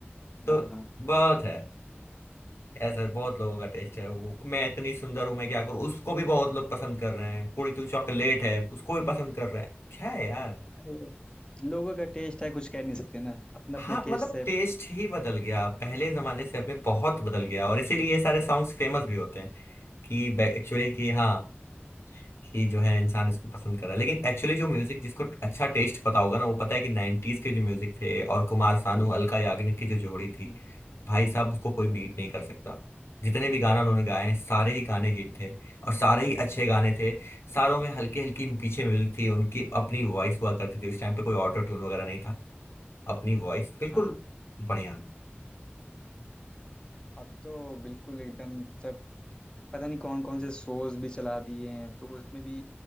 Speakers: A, on the left; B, on the left.
A: तो
B: हाँ हाँ
A: बहुत है ऐसा बहुत लोगों का टेस्ट है वो मैं इतनी सुंदर हूं मैं क्या करूं उसको भी बहुत लोग पसंद कर रहे हैं कुड़ी तू चॉकलेट है उसको भी पसंद कर रहे हैं क्या है यार
B: अरे लोगों का टेस्ट है कुछ कह नहीं सकते ना अपना
A: हाँ
B: अपना
A: मतलब
B: टेस्ट है
A: टेस्ट ही बदल गया पहले जमाने से अब में बहुत बदल गया और इसीलिए ये सारे सॉन्ग्स फेमस भी होते हैं कि एक्चुअली कि हाँ कि जो है इंसान इसको पसंद कर रहा है लेकिन एक्चुअली जो म्यूजिक जिसको अच्छा टेस्ट पता होगा ना वो पता है कि नाइन्टीज के जो म्यूजिक थे और कुमार सानू अलका याग्निक की जो जोड़ी थी
B: हम्म,
A: भाई साहब उसको कोई
B: अरे
A: बीट नहीं कर सकता जितने भी गाना उन्होंने गाए हैं, सारे ही गाने हिट थे और सारे ही अच्छे गाने थे सारों में हल्की हल्की पीछे म्यूजिक थी उनकी अपनी वॉइस हुआ करती थी उस टाइम पे कोई ऑटो ट्यून वगैरह नहीं था अपनी वॉइस बिल्कुल
B: हाँ
A: बढ़िया
B: अब तो बिल्कुल एकदम सब पता नहीं कौन कौन से शोज भी चला दिए हैं तो उसमें भी